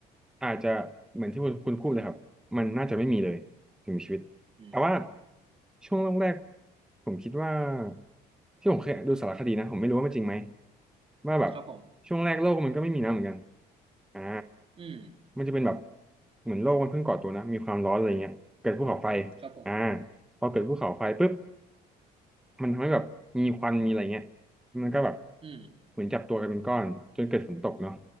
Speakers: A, in the centre; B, on the right (about 35°).
A: อาจจะเหมือนที่คุณคุณพูดเลยครับมันน่าจะไม่มีเลยถึงมีชีวิตแต่ว่า
B: อืม
A: ช่วงแรกๆผมคิดว่าที่ผมเคยดูสารคดีนะผมไม่รู้ว่ามันจริงไหมว่าแบบ
B: ครับผม
A: ช่วงแรกโลกมันก็ไม่มีน้ำเหมือนกันอ่า
B: อืม
A: มันจะเป็นแบบเหมือนโลกมันเพิ่งก่อตัวนะมีความร้อนอะไรเงี้ยเกิดภูเขาไฟ
B: ครับผม
A: อ่าพอเกิดภูเขาไฟปุ๊บ มันทำให้แบบมีควันมีอะไรเงี้ยมันก็แบบ
B: อืม
A: เหมือนจับตัวกันเป็นก้อนจนเกิดฝนตกเนาะ